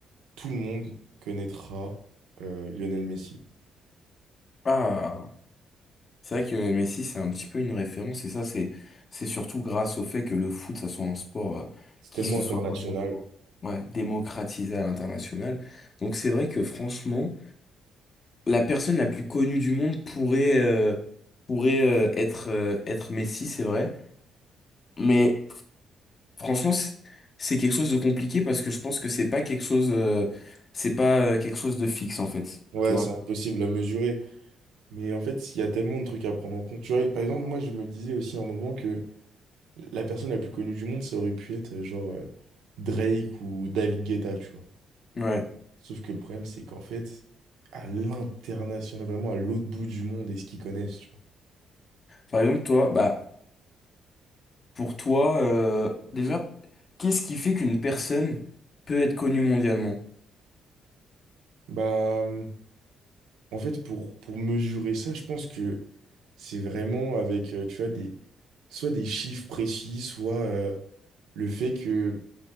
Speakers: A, on the right; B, on the left.
A: tout le monde connaîtra euh, Lionel Messi.
B: Ah, c'est vrai que Messi, c'est un petit peu une référence, et ça, c'est, c'est surtout grâce au fait que le foot, ça soit un sport euh,
A: C'est
B: qui
A: tellement
B: se
A: international.
B: soit vraiment ouais, démocratisé à l'international. Donc c'est vrai que franchement, la personne la plus connue du monde pourrait, euh, pourrait euh, être, euh, être Messi, c'est vrai. Mais franchement, c'est c'est quelque chose de compliqué parce que je pense que c'est pas quelque chose, euh, c'est pas euh, quelque chose de fixe en fait,
A: Ouais,
B: tu vois.
A: c'est impossible à mesurer. Mais en fait, il y a tellement de trucs à prendre en compte. Tu vois, et par exemple, moi, je me disais aussi à un moment que la personne la plus connue du monde, ça aurait pu être euh, genre euh, Drake ou David Guetta, tu vois.
B: Ouais.
A: Sauf que le problème, c'est qu'en fait, à l'international, vraiment à l'autre bout du monde, est-ce qu'ils connaissent, tu vois.
B: Par exemple, toi, bah, pour toi, euh, déjà, qu'est-ce qui fait qu'une personne peut être connue mondialement?
A: Bah. hum, En fait, pour, pour mesurer ça, je pense que c'est vraiment avec, euh, tu vois, des, soit des chiffres précis, soit euh, le fait que